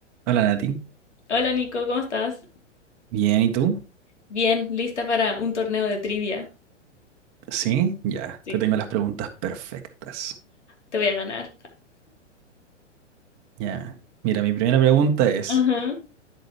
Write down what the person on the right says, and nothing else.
Hola Nati,
bien, ¿y tú?
Sí, ya,
te tengo las preguntas perfectas.
Ya, mira, mi primera pregunta es,